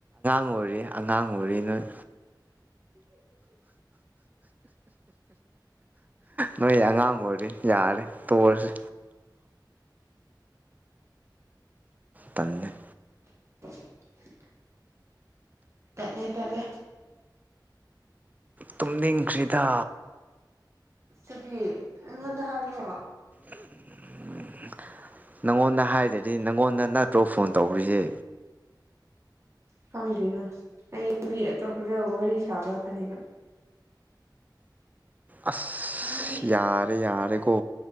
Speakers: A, on the right; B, on the right.
A: ꯂꯣꯏꯔꯦ ꯑꯉꯥꯡ ꯑꯣꯏꯔꯤ ꯑꯉꯥꯡ ꯑꯣꯏꯔꯤ ꯅꯣꯏ ꯅꯣꯏ ꯑꯉꯥꯡ ꯑꯣꯏꯔꯤ ꯌꯥꯔꯦ ꯇꯣꯛꯑꯁꯤ ꯇꯜꯂꯦ
B: <inaudible> ꯇꯠꯂꯦ ꯇꯠꯂꯦ
A: ꯇꯨꯝꯅꯤꯡꯗ꯭ꯔꯤꯗ
B: ꯆꯠꯂꯤ ꯑꯩꯉꯣꯟꯗ ꯍꯥꯏꯕ꯭ꯔꯣ
A: <unintelligible> ꯅꯪꯉꯣꯟꯗ ꯍꯥꯏꯗ꯭ꯔꯗꯤ ꯅꯪꯉꯣꯟꯗ ꯅꯠꯇ꯭ꯔꯣ ꯐꯣꯟ ꯇꯧꯔꯤꯖꯦ
B: ꯈꯪꯗꯦꯅ ꯑꯩ ꯃꯤ ꯑꯇꯣꯞꯄꯗ ꯋꯥꯔꯤ ꯁꯥꯕ꯭ꯔ ꯈꯟꯂꯤꯕ
A: ꯑꯁ
B: ꯅꯪꯗꯤ
A: ꯌꯥꯔꯦ ꯌꯥꯔꯦꯀꯣ